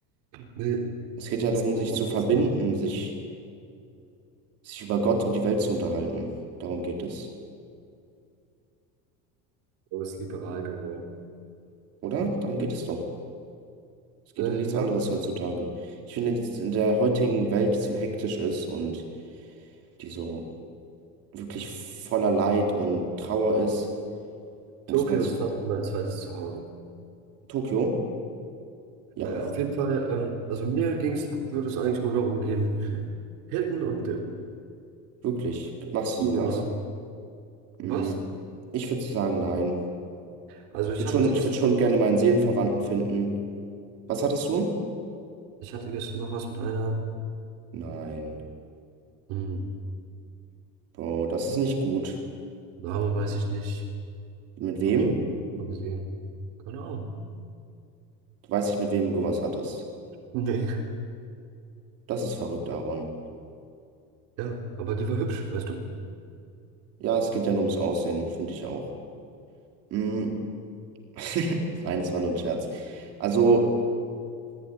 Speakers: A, on the right; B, on the right.
A: Nee,
B: es geht ja
A: es
B: darum,
A: geht
B: sich
A: um Anfassen,
B: zu verbinden,
A: oder?
B: sich, sich über Gott und die Welt zu unterhalten. Darum geht es.
A: Aber ist liberal geworden.
B: Oder? Darum geht es doch. Es geht
A: Äh,
B: um nichts
A: ja,
B: anderes heutzutage. Ich finde, dass es in der heutigen Welt, die so hektisch ist und die so wirklich voller Leid und Trauer ist,
A: Tokio
B: muss man sich.
A: ist fast mein zweites Zuhause.
B: Tokio? Ja,
A: Naja, auf jeden Fall, ähm, also mir ging's, würde es eigentlich nur darum gehen, hitten und dippen.
B: wirklich. Machst du
A: Ja,
B: sowas?
A: was?
B: Mm, Ich würde sagen, nein.
A: Also
B: Ich
A: ich
B: würde
A: hatte
B: schon, ich
A: gestern
B: würde schon
A: noch
B: gerne
A: was,
B: meinen Seelenverwandten finden. Was hattest du?
A: ich hatte gestern noch was mit einer,
B: Nein.
A: mh,
B: Bro, das ist nicht gut.
A: Name weiß ich nicht,
B: Mit wem?
A: habe ich auch noch mal gesehen. Keine Ahnung.
B: Du weißt nicht, mit wem du was hattest.
A: Nee.
B: Das ist verrückt, Aaron.
A: Ja, aber die war hübsch, weißt du?
B: Ja, es geht ja nur ums Aussehen, finde ich auch. Mm. <laughs> Nein, das war nur ein Scherz. Also,